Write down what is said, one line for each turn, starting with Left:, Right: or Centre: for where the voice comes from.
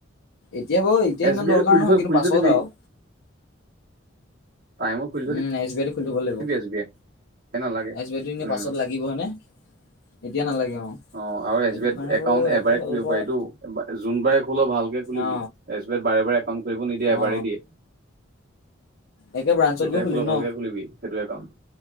Left: এতিয়া বাৰু এতিয়া
Right: এছ
Left: ইমান
Right: বি আইটো
Left: দৰকাৰ
Right: খুলি
Left: নহয়
Right: থৈ
Left: কিন্তু
Right: খুলি
Left: পাছত
Right: থৈ দিবি
Left: আও।
Right: টাইমত খুলি থৈ
Left: উম এছ বি আই টো খুলি থব
Right: দিবি
Left: লাগিব,
Right: এছ বি আই নালাগে
Left: এছ বি আই টো
Right: উম
Left: পাছত লাগ- গিবনে এতিয়া নালাগে অ।
Right: অ আৰু এছ
Left: সেইটো
Right: বি আই
Left: কাৰণে
Right: একাউণ্ট
Left: বাৰু
Right: এবাৰে
Left: এটা ফালৰ
Right: খুলিব
Left: পৰা
Right: পাৰি টো যোনবাৰে খোল ভালকে খুলিবি।
Left: অ
Right: এছ বি আইত বাৰে একাউণ্ট খুলিব নিদিয়ে এবাৰে
Left: অ
Right: দিয়ে।
Left: একে ব্ৰাঞ্চত
Right: যেতিয়াই
Left: গৈ খুলিম
Right: খোল ভালকে
Left: ন
Right: খুলিবি সেইটোয়ে একাউণ্ট